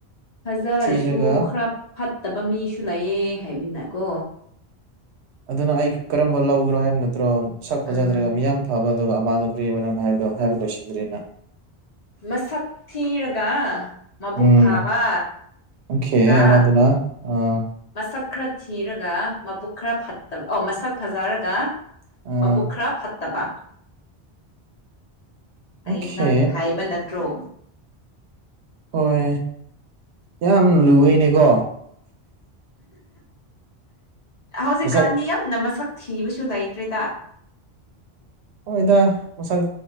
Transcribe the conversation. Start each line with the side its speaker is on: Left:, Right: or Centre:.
Left: ꯐꯖꯔꯁꯨ
Right: ꯊꯤꯔꯒ
Left: ꯈꯔ ꯐꯠꯇꯕ ꯃꯤꯁꯨ ꯂꯩꯑꯦ ꯍꯥꯏꯃꯤꯅꯀꯣ
Right: ꯑꯗꯨꯅ ꯑꯩ ꯀꯔꯝꯕ ꯂꯧꯒ꯭ꯔꯣ ꯍꯥꯏꯕ ꯅꯠꯇ꯭ꯔꯣ ꯁꯛ ꯐꯖꯗ꯭ꯔꯒ
Left: ꯑꯥ
Right: ꯃꯤ ꯌꯥꯝ ꯐꯕ ꯑꯗꯨꯒ ꯑꯃꯥꯗ ꯐꯨꯔꯤꯕ ꯅꯪꯅ ꯍꯥꯏꯕꯗꯣ ꯍꯥꯏꯕ ꯂꯣꯏꯁꯤꯟꯗ꯭ꯔꯤꯦꯅ
Left: ꯃꯁꯛ ꯊꯤꯔꯒ ꯃꯕꯨꯛ
Right: ꯎꯝ
Left: ꯐꯥꯕ
Right: ꯑꯣꯀꯦ
Left: ꯀ
Right: ꯑꯃꯗꯨꯅ ꯑꯥ
Left: ꯃꯁꯛ ꯈꯔ ꯊꯤꯔꯒ ꯃꯕꯨꯛ ꯈꯔ ꯐꯠꯇꯕ ꯑꯣ ꯃꯁꯛ ꯐꯖꯔꯒ
Right: ꯑꯥ
Left: ꯃꯕꯨꯛ ꯈꯔ ꯐꯠꯇꯕ
Right: ꯑꯣꯀꯦ
Left: ꯑꯩꯅ ꯍꯥꯏꯕ ꯅꯠꯇ꯭ꯔꯣ
Right: ꯍꯣꯏ ꯌꯥꯝ ꯂꯨꯏꯅꯤꯀꯣ
Left: ꯍꯧꯖꯤꯛꯀꯥꯟꯗꯤ
Right: ꯃꯁꯛ
Left: ꯌꯥꯝꯅ ꯃꯁꯛ ꯊꯤꯕꯁꯨ ꯂꯩꯇ꯭ꯔꯤꯗ
Right: ꯍꯗ ꯃꯁꯛ